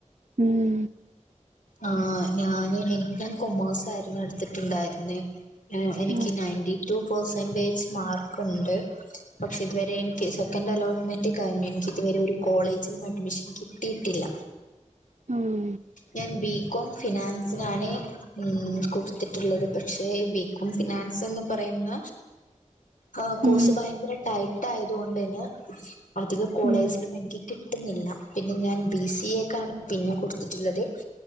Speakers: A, on the right; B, on the left.
A: ഉം
B: ആ ഞാന് എനിക്ക് കൊമേഴ്സ് ആയിരുന്നു എടുത്തിട്ടുണ്ടായിരുന്നേ എനിക്ക്
A: ആഹ്
B: നയന്റി ടു പെർസെന്റേജ് മാർക്ക്ണ്ട് പക്ഷെ ഇതുവരെ എനിക്ക് സെക്കൻഡ് അലോട്ട്മെന്റ് കഴിഞ്ഞു എനിക്ക് ഇതുവരെ ഒരു കോളേജിലും അഡ്മിഷൻ കിട്ടിയിട്ടില്ല
A: ഉം
B: ഞാൻ ബികോം ഫിനാൻസിനാണ് കൊടുത്തിട്ടുള്ളത് പക്ഷേ ബി കോം ഫിനാൻസ് എന്ന് പറയുന്ന ആ കോഴ്സ്
A: ഉം
B: ഭയങ്കര ടൈറ്റ് ആയത് കൊണ്ട് തന്നെ അധിക കോളേജിലും
A: ഉം
B: എനിക്ക് കിട്ടുന്നില്ല പിന്നെ ഞാൻ ബി സി എക്കാണ് പിന്നെ കൊടുത്തിട്ടുള്ളത്